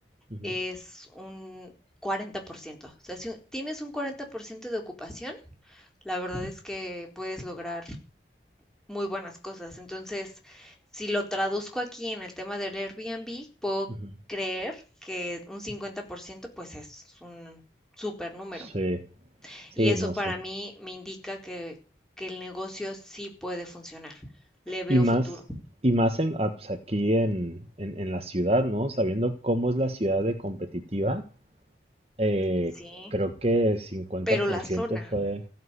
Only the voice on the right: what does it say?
ujú,
ujú.
Sí, sí,
no
sé.
Y más,
y más en, ah, pues, aquí en, en, en la ciudad, ¿no? Sabiendo cómo es la ciudad de competitiva, eh,
creo que 50%
fue